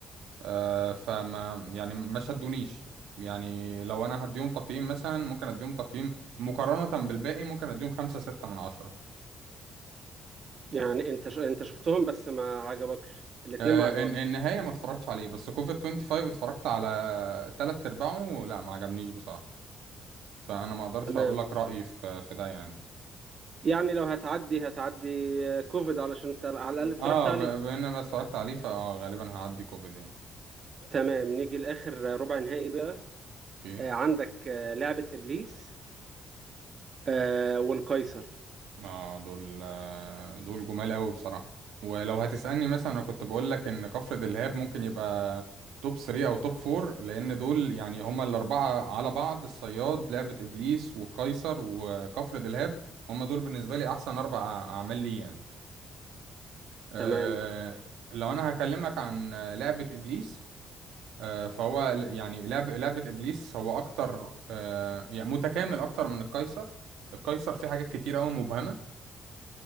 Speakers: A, on the right; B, on the right.
A: آه فما يعني ما شدونيش يعني لو انا هديهم تقييم مثلا ممكن اديهم تقييم مقارنة بالباقي ممكن اديهم خمسة ستة من عشرة
B: يعني انت ش... انت شفتهم بس ما عجبكش الاتنين
A: آه،
B: ما عجبكش
A: الن- النهاية ما اتفرجتش عليه بس كوفيد 25 اتفرجت على تلات ارباعه لا ما عجبنيش بصراحة فانا ما اقدرش
B: تمام
A: اقول لك رأيي في في ده يعني
B: يعني لو هتعدي هتعدي كوفيد علشان انت على الاقل اتفرجت
A: اه
B: عليه
A: ب- بما ان انا اتفرجت عليه فغالبا هعدي كوفيد يعني
B: تمام نيجي لاخر ربع نهائي بقى
A: اوكي
B: آه، عندك آه، لعبة ابليس آه، والقيصر
A: اه دول آه، دول جمال قوي بصراحة ولو هتسألني مثلا انا كنت بقول لك ان كفر دلهاب ممكن يبقى توب 3 او توب 4 لان دول يعني هما الاربعة على بعض الصياد لعبة ابليس والقيصر وكفر دلهاب هما دول بالنسبة لي احسن اربع اعمال لي يعني آه،
B: تمام
A: لو انا هكلمك عن آه، لعبة ابليس آه، فهو ل- يعني لعب لعبة ابليس هو اكتر آه، يعني متكامل اكتر من القيصر القيصر فيه حاجات كتير قوي مبهمة